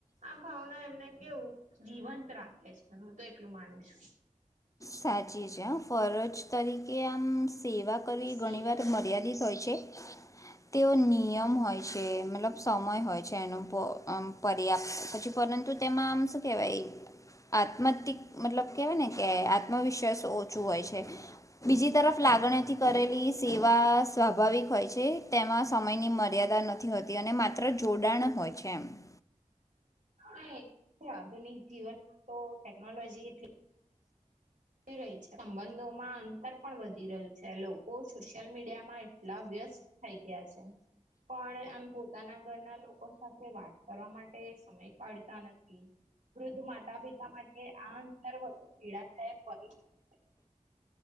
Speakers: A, on the right (about 70°); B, on the left (about 25°).
A: આ ભાવના એમને કેવું જીવન રાખે છે હું તો એટલું માનું છું.
B: સાચી છે હ, ફરજ તરીકે આમ સેવા કરવી
A: સેવા
B: ઘણીવાર મર્યાદિત હોય છે. તેઓ નિયમ હોય છે મતલબ સમય હોય છે એનો પો અમ પર્યાપ્ત પછી પરંતુ તેમાં આમ શુ કેવાય. આત્માતિક મતલબ કેવાય ને કે આત્મવિશ્વાસ ઓછું હોય છે. બીજી તરફ લાગણીથી કરેલી સેવા સ્વાભાવિક હોય છે, તેમાં સમયની મર્યાદા નથી હોતી અને માત્ર જોડાણ હોય છે એમ. <inaudible>
A: <unintelligible> આધુનિક જીવનમાં તો ટેકનોલોજી એટલી વધી રઈ છે. સંબંધોમાં અંતર પણ વધી રહ્યું છે. લોકો સોશિયલ મીડિયામાં એટલા વ્ય યસ્ત થઈ ગયા છે. પણ આમ પોતાના ઘરના લોકો સાથે વાત કરવા માટે સમય કાઢતા નથી. વૃદ્ધ માતા-પિતા માટે આ અંદર વધુ પીડાદાયક શકે